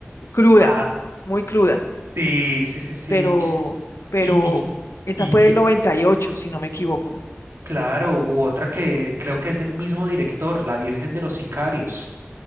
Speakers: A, on the left; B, on the right.
A: cruda,
B: Ah,
A: muy cruda.
B: sí, sí, sí, sí.
A: pero, pero
B: Y, y,
A: esa
B: y,
A: fue del
B: y
A: 98 si no me equivoco.
B: claro, u otra que creo que es del mismo director, La Virgen de los Sicarios.